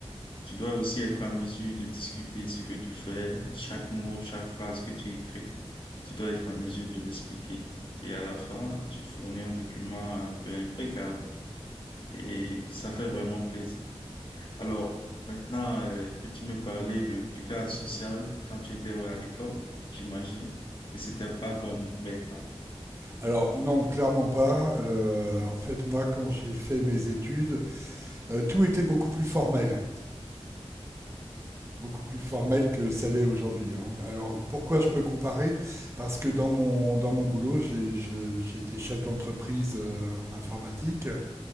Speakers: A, on the left; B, on the right.
A: Tu dois aussi être à mesure de discuter ce que tu fais, chaque mot, chaque phrase que tu écris tu dois être en mesure de l'expliquer. Et à la fin, tu fournis un document un peu impeccable et ça fait vraiment plaisir. Alors, maintenant, euh, peux-tu me parler de- du cadre social quand tu étais à l'école, j'imagine, et c'était pas comme maintenant.
B: Alors non, clairement pas. Euh, en fait, moi, quand j'ai fait mes études, euh, tout était beaucoup plus formel beaucoup plus formel que ça l'est aujourd'hui. hein. Alors pourquoi je peux comparer Parce que dans mon, dans mon boulot, j'ai je- j'ai été chef d'entreprise euh, en informatique.